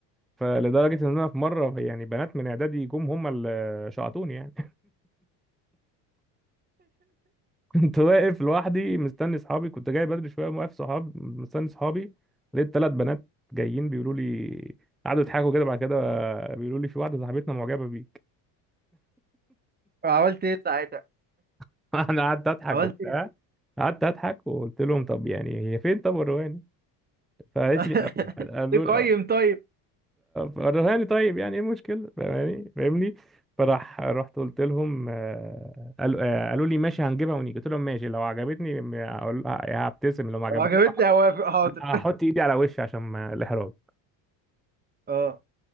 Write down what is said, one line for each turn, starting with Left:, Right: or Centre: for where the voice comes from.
Centre: فلدرجه ان انا في مره يعني بنات من اعدادي جم هم اللي شعطوني يعني كنت واقف لوحدي مستني صحابي كنت جاي بدري شويه واقف صحابي مستني صحابي لقيت ثلاث بنات جايين بيقولوا لي قعدوا يضحكوا كده بعد كده بيقولوا لي في واحده صاحبتنا معجبه بيك
Right: عملت إيه ساعتها؟
Centre: <laughs> انا قعدت اضحك
Right: عملت
Centre: <laughs> وبتاع
Right: إيه؟
Centre: قعدت اضحك وقلت لهم طب يعني هي فين طب الرهاني فقالت
Right: <laughs>
Centre: لي قالوا
Right: إيه
Centre: لي
Right: قيم طيب؟
Centre: الرهاني طيب يعني ايه المشكله فاهماني فاهمني فراح رحت قلت لهم آه، قالوا آه، قالوا لي ماشي هنجيبها ونيجي قلت لهم ماشي لو عجبتني م- هقول- هبتسم لو ما عجبتنيش
Right: لو عجبتني هوافق حاضر
Centre: هحط ايدي على وشي عشان ما الاحراج
Right: أه